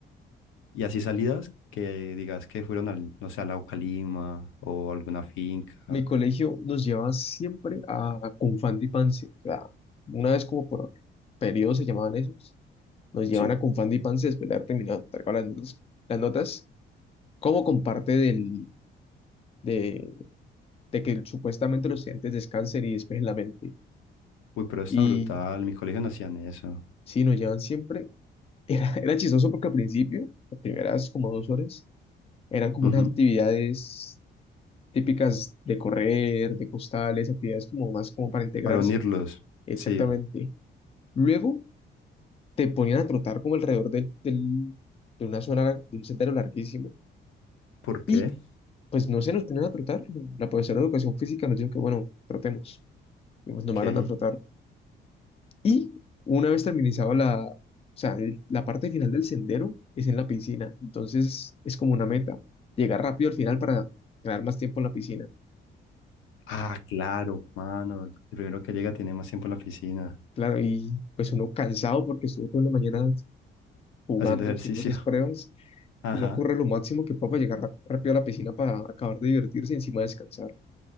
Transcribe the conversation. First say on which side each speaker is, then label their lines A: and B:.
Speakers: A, on the left; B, on the left.
A: Y así salidas que digas que fueron al, no sé, al Lago Calima o alguna finca.
B: Mi colegio nos llevaba siempre a Confandi y pance o sea, una vez como por periodo se llamaban esos, nos llevan
A: Sí,
B: a Confandi y pance después de haber terminado de entregar las notas, las notas como con parte del, de, de que supuestamente los estudiantes descansen y despejen la mente.
A: uy, pero está
B: Y
A: brutal, mi colegio no hacían eso.
B: sí, nos llevan siempre. <laughs> Era, era chistoso porque al principio, las primeras como dos horas, Eran como
A: Ujú,
B: unas actividades típicas de correr, de costales, actividades como más como para integrarse.
A: Para unirlos,
B: Exactamente.
A: sí.
B: Luego te ponían a trotar como alrededor del- del- de una zona, lar- de un sendero larguísimo.
A: ¿Por qué?
B: Y pues no se nos ponían a trotar. La profesora de educación física nos dijo que, bueno, trotemos. Y pues nos
A: Ok.
B: mandan a trotar. Y una vez terminizado la, o sea, el- la parte final del sendero es en la piscina. Entonces es como una meta, llegar rápido al final para ganar más tiempo en la piscina.
A: Ah, claro, mano, el primero que llega tiene más tiempo en la piscina,
B: Claro, y pues uno cansado porque estuvo toda la mañana jugando,
A: haciendo ejercicio.
B: haciendo esas pruebas,
A: <laughs> Ajá.
B: uno corre lo máximo que pueda para llegar rap- rápido a la piscina para acabar de divertirse y encima descansar.